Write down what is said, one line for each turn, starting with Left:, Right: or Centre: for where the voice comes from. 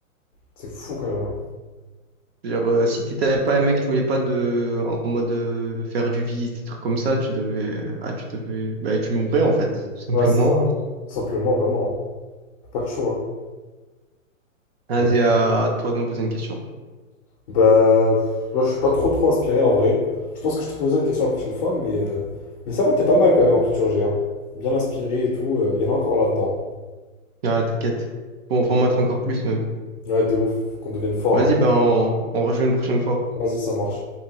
Left: C'est fou, quand même. hein.
Right: Genre, euh, si t'étais pas un mec qui voulait pas de, en mode, euh, faire du vice, des trucs comme ça, tu devais, ah, tu devais, bah, tu mourrais, en fait, tout simplement.
Left: Ouais, c'est ça.
Right: <laughs>
Left: Tout simplement, vraiment. T'as Pas de choix. hein.
Right: Vas-y,
Left: Non.
Right: à toi de me poser une question.
Left: Bah, pff, là, je suis pas trop trop inspiré, en vrai. Je pense que je te poserai la question la prochaine fois, mais, euh, mais ça va, t'es pas mal, quand même, en culture G, hein. Bien inspiré et tout. euh, Il y en a encore là-dedans.
Right: Ah, t'inquiète. Bon, faut en mettre encore plus, même.
Left: Ouais, de ouf. Faut qu'on devienne fort,
Right: Vas-y,
Left: là.
Right: ben on, on rejoue une prochaine fois.
Left: Vas-y, ça marche.